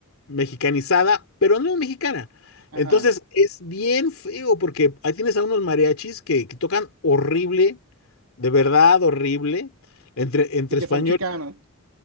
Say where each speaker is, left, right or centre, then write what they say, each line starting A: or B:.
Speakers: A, on the left; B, on the right.
A: mexicanizada, pero no es mexicana.
B: ajá.
A: Entonces es bien feo porque ahí tienes a unos mariachis que, que tocan horrible, de verdad horrible, entre, entre
B: Y que
A: español
B: son chicanos.